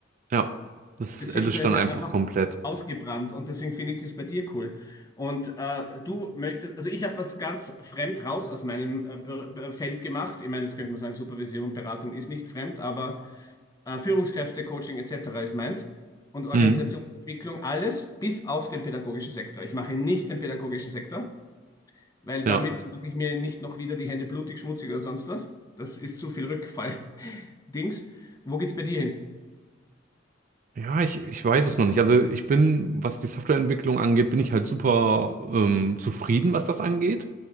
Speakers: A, on the right; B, on the left.
A: ja, das
B: beziehungsweise
A: erlischt dann einfach
B: einfach
A: komplett.
B: ausgebrannt. Und deswegen finde ich das bei dir cool. Und äh, du möchtest, also ich habe was ganz fremd raus aus meinem äh, Be- Be- Feld gemacht. Ich meine, jetzt könnte man sagen, Supervision und Beratung ist nicht fremd, aber äh, Führungskräfte, Coaching etc. ist meins. Und Organisationsentwicklung,
A: Mhm.
B: alles bis auf den pädagogischen Sektor. Ich mache nichts im pädagogischen Sektor. weil
A: Ja.
B: damit mache ich mir nicht noch wieder die Hände blutig, schmutzig oder sonst was. Das ist zu viel Rückfall-Dings. <laughs> Wo geht's bei dir hin?
A: Ja, ich, ich weiß es noch nicht. Also ich bin, was die Softwareentwicklung angeht, bin ich halt super ähm, zufrieden, was das angeht.